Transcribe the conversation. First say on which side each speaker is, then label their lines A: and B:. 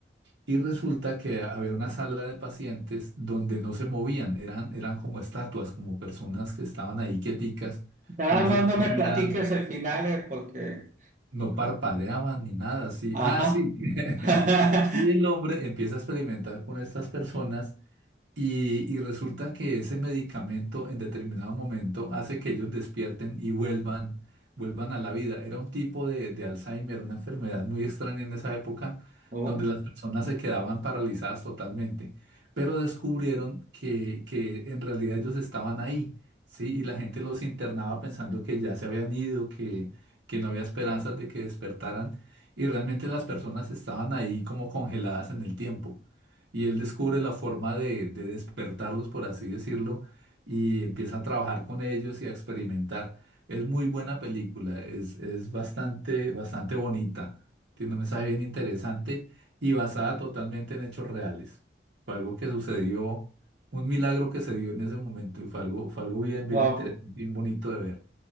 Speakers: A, on the right; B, on the right.
A: Y resulta que había una sala de pacientes donde no se movían, eran, eran como estatuas, como personas que estaban ahí quieticas
B: Nada
A: no se
B: más no
A: movían,
B: me platiques el final, eh, porque...
A: no parpadeaban ni nada, sí.
B: Ajá.
A: Ah, sí. <laughs>
B: <laughs>
A: Y el hombre empieza a experimentar con estas personas y, y resulta que ese medicamento en determinado momento hace que ellos despierten y vuelvan, vuelvan a la vida. Era un tipo de, de Alzheimer, una enfermedad muy extraña en esa época,
B: Oh,
A: donde las personas se quedaban paralizadas totalmente. Pero descubrieron que, que en realidad ellos estaban ahí, ¿sí? Y la gente los internaba pensando que ya se habían ido, que, que no había esperanzas de que despertaran. Y realmente las personas estaban ahí como congeladas en el tiempo y él descubre la forma de, de despertarlos, por así decirlo, y empieza a trabajar con ellos y a experimentar. Es muy buena película, es, es bastante, bastante bonita, tiene un mensaje bien interesante y basada totalmente en hechos reales. Fue algo que sucedió, un milagro que se dio en ese momento y fue algo, fue algo bien, bien
B: wow.
A: interesante, bien bonito de ver.